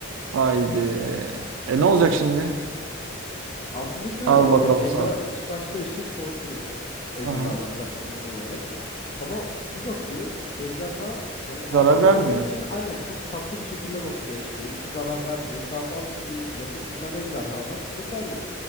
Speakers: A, on the right; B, on the left.
A: Haydi. E ne olacak şimdi?
B: Aslında şöyle
A: Al
B: abi
A: bakalım
B: ejderha
A: sana.
B: ilk başta eşek korkuyor. Ejderhadan
A: Aha.
B: tabii ki normal olarak. Ama bir bakıyor ejderha hani aşık
A: Zarar vermiyor.
B: olduğu için aynen çok tatlı bir şekilde bakıyor eşeğe. Hiçbir zarar vermiyor. Etrafı az önce yakıp yıkan ejderhadan eser yok.